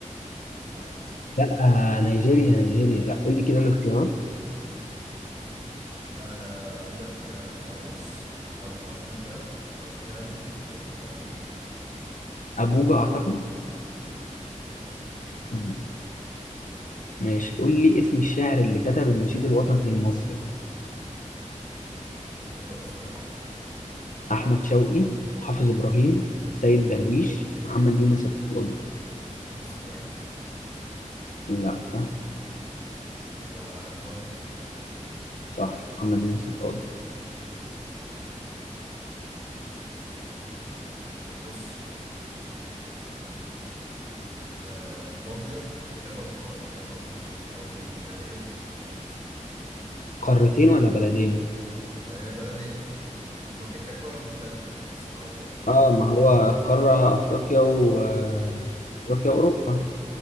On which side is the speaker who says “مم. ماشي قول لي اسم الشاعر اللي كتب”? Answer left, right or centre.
Left